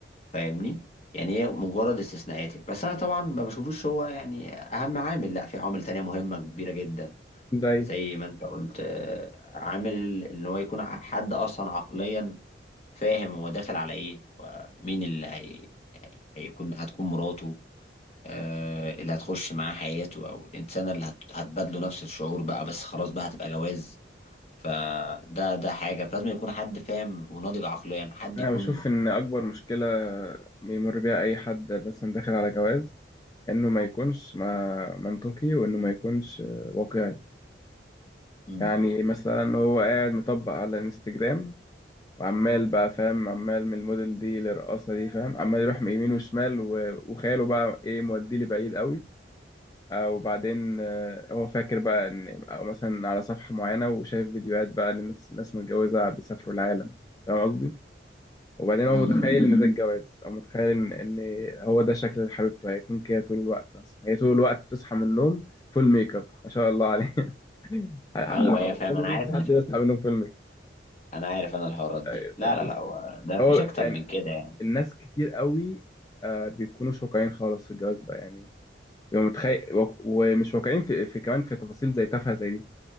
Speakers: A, on the left (about 35°); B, on the left (about 20°).
A: فاهمني يعني هي مجرد استثناءات بس انا طبعا ما بشوفوش هو يعني اهم عامل لا في عوامل تانية مهمة كبيرة جدا
B: ده إيه؟
A: زي ما انت قلت آه، عامل ال- ان هو يكون ع- حد اصلا عقليا فاهم هو داخل على ايه ومين اللي هي... هيكون هتكون مراته آه، اللي هتخش معاه حياته او الانسانه اللي هت- هتبادله نفس الشعور بقى بس خلاص بقى هتبقى جواز فده ده حاجه فلازم يكون حد فاهم وناضج عقليا حد
B: انا
A: يكون
B: بشوف ان اكبر مشكله بيمر بيها اي حد مثلا داخل على جواز انه ما يكونش ما منطقي وانه ما يكونش آه، واقعي
A: مم.
B: يعني مثلا هو قاعد مطبق على الانستجرام وعمال بقى فاهم عمال من الموديل دي للرقاصه دي فاهم عمال يروح من يمين وشمال و- وخياله بقى ايه موديه لبعيد قوي آه، وبعدين آه، هو فاكر بقى ان او مثلا على صفحة معينة وشايف فيديوهات بقى لناس ناس متجوزة بيسافروا العالم فاهم قصدي؟ وبعدين
A: امم
B: هو متخيل ان ده الجواز او متخيل ان ان هو ده شكل حبيبته هيكون كده طول الوقت مثلا هي طول الوقت بتصحى من النوم فول ميك اب ما شاء الله عليه <laughs> أنا
A: ايوه ايوه فاهم
B: مفيش
A: انا عارف
B: حد بيصحى من النوم فول ميك
A: انا عارف انا الحوارات دي
B: اب أيوة،
A: لا لا
B: بس
A: لا هو ده مفيش
B: هو يعني
A: اكتر من كده يعني
B: الناس كتير قوي آه، بيكونوا مش واقعيين خالص في الجواز بقى يعني بيبقوا متخيل ومش واقعيين في, في كمان في تفاصيل زي تافهة زي دي